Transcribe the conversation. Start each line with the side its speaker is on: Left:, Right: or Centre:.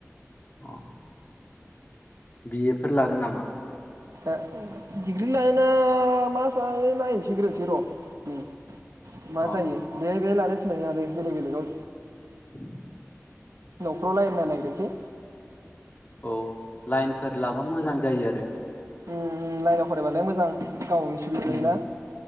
Left: <unintelligible> बि ए फोर लागोन नामा?
Right: ओ डिग्रि लानो मालानो नायनोसैग्रोनिसै र' माजायो
Left: अ
Right: बे बे लानोस माना बे बेलेग बेलेगाव
Left: <inaudible>
Right: न'खराव रालायना नायग्रोनोसै
Left: औ लाइनथार लाबा मोजां जायो आरो
Right: ओम लाइनाव फरायबालाय मोजां गावनि सुबिदा जायो
Left: उम
Right: ना